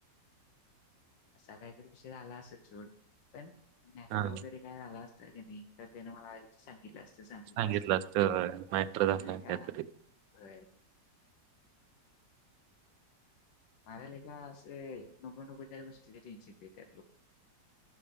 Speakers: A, on the left; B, on the right.
A: असा काहीतरी विषय आला असलं सोड पण मॅटर
B: हा
A: वगैरे काय झालं असतं का नाही त्यान मला आदी सांगितलं असतं सागितलं
B: सांगितलं
A: असतं तू
B: होय मॅटर झालाय
A: म्हण काय
B: काहीतरी
A: आरे लका असे नको नको त्या गोष्टीचे टेन्शन देत लोक